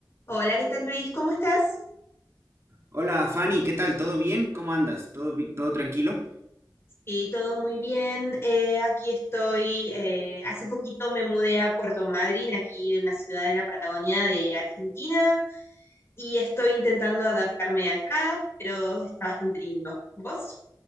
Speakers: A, on the left (about 35°); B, on the right (about 35°).
A: Hola, ¿qué tal Luis? ¿Cómo estás?
B: Hola Fanny, ¿qué tal? ¿Todo bien? ¿Cómo andas? ¿Todo, bi- todo tranquilo?
A: Sí, todo muy bien. Eh, aquí estoy. eh, hace poquito me mudé a Puerto Madryn, aquí en una ciudad en la Patagonia de Argentina, y estoy intentando adaptarme acá, pero está bastante lindo. ¿Vos?